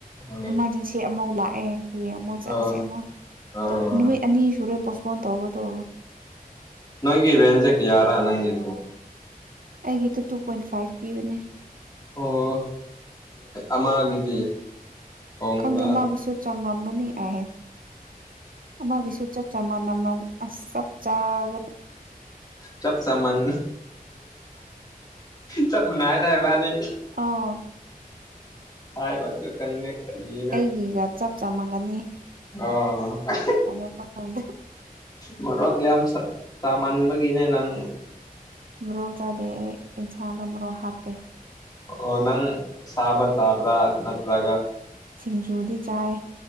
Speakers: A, on the left (about 25°); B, on the right (about 65°).
A: ꯑ
B: ꯏꯃꯥꯔꯖꯦꯟꯁꯤ ꯑꯃꯐꯥꯎ ꯂꯥꯛꯑꯦ ꯍꯌꯦꯡ ꯑꯃꯨꯛ ꯆꯠꯂꯁꯤ
A: ꯑ
B: ꯑꯃꯨꯛ
A: ꯑꯣ
B: ꯑ ꯅꯨꯃꯤꯠ ꯑꯅꯤ ꯁꯨꯔꯦ ꯄꯣꯁꯄꯣꯟ ꯇꯧꯕꯗꯣ
A: ꯅꯣꯢꯒꯤ ꯔꯦꯟꯖꯦ ꯀꯌꯥꯔ ꯅꯪꯒꯤ
B: ꯑꯩꯒꯤꯗ ꯇꯨ ꯄꯣꯏꯟ ꯐꯥꯏꯚ ꯄꯤꯕꯅꯦ
A: ꯑꯣ ꯑꯃꯒꯤꯗꯤ ꯍꯣꯡꯕ꯭ꯔꯥ
B: ꯈꯪꯗꯦ ꯃꯥꯒꯤꯁꯨ ꯆꯝꯔꯝꯒꯅꯤ ꯍꯥꯏꯍ ꯃꯥꯁꯨ ꯆꯞ ꯆꯥ ꯃꯥꯟꯅ ꯑꯁ ꯆꯞ ꯆꯥꯒꯗ
A: ꯆꯞ ꯆꯥꯃꯟ ꯆꯞꯃꯥꯅꯏꯌꯦꯗ ꯏꯕꯥꯅꯤ
B: ꯑꯥ
A: ꯍꯥꯢꯕꯆꯨ ꯀꯪꯗꯦ ꯀꯔꯤꯅꯣ
B: ꯑꯩꯒꯤꯒ ꯆꯞ ꯆꯥꯃꯒꯅꯤ
A: ꯑ ꯑꯍꯍꯍꯦ
B: ꯍꯥꯏꯗꯣꯛꯄ ꯈꯪꯗꯦ
A: ꯄꯨꯔꯥꯛ ꯌꯥꯝ ꯆꯥꯃꯟꯕꯒꯤꯅꯦ ꯅꯪ
B: ꯃꯔꯧ ꯆꯥꯗꯦ ꯑꯩ ꯏꯟꯁꯥꯡꯗ ꯃꯔꯧ ꯍꯥꯞꯇꯦ
A: ꯑꯣ ꯅꯪ ꯁꯥꯕ ꯆꯥꯕ꯭ꯔꯥ ꯅꯠꯇ꯭ꯔꯒ
B: ꯁꯤꯡꯖꯨꯗꯤ ꯆꯥꯏ